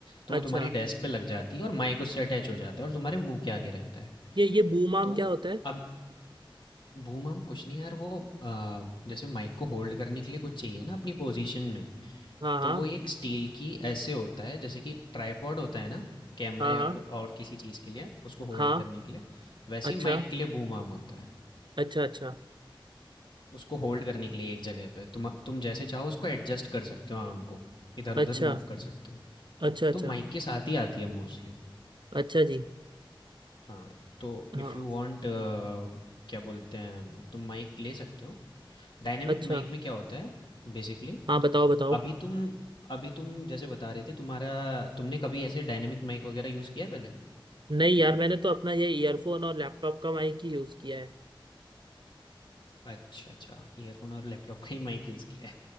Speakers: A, on the left (about 60°); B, on the right (about 60°).
A: तो वो
B: अच्छा
A: तुम्हारी डेस्क पे लग जाती है और माइक उससे अटैच हो जाता है और तुम्हारे मुंह के आगे रहता है
B: ये ये बूम आर्म
A: तो
B: क्या होता है
A: अब बूम-आर्म कुछ नहीं यार वो अ, जैसे माइक को होल्ड करने के लिए कुछ चाहिए ना अपनी पोजीशन में
B: हाँ हाँ
A: तो वो एक स्टील की ऐसे होता है जैसे कि ट्राइपॉड होता है ना कैमरा
B: हाँ
A: या
B: हाँ
A: ओ- और किसी चीज़ के लिए उसको
B: हाँ
A: होल्ड करने के लिए वैसे
B: अच्छा
A: ही माइक के लिए बूम आर्म होता है
B: अच्छा अच्छा
A: उसको होल्ड करने के लिए एक जगह पे तुम तुम जैसे चाहो उसको एडजस्ट कर सकते हो आर्म को इधर
B: अच्छा
A: उधर मूव कर सकते हो
B: अच्छा अच्छा
A: तो माइक के साथ ही आती है मोस्टली
B: अच्छा जी
A: हाँ तो
B: हाँ
A: इफ़ यू वांट क्या बोलते हैं तुम माइक ले सकते हो डायनेमिक
B: अच्छा
A: माइक में क्या होता है बेसिकली
B: हाँ बताओ बताओ
A: अभी तुम अभी तुम जैसे बता रहे थे तुम्हारा तुमने कभी ऐसे डायनेमिक माइक वगैरह यूज़ किया है पहले
B: नहीं यार मैंने तो अपना ये ईयरफोन और लैपटॉप का माइक ही यूज किया है
A: अच्छा अच्छा ईयरफोन और लैपटॉप का ही माइक यूज़ किया है